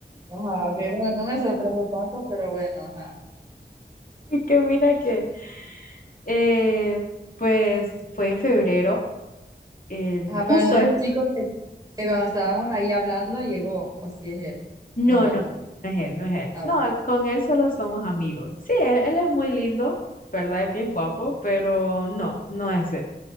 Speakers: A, on the right; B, on the left.
A: Ajá, ok, bueno, no me sorprende tanto, pero bueno, ajá.
B: Y que mira que Eh, pues fue en febrero, el-
A: Ajá,
B: justo,
A: pero no es el chico que, que cuando estábamos ahí hablando llegó, o si es él.
B: no,
A: No, ¿verdad?
B: no, no es él, no es él.
A: Ah,
B: No,
A: ok.
B: con él solo somos amigos. Sí, él, él es muy lindo, ¿verdad? Es bien guapo, pero no, no es él.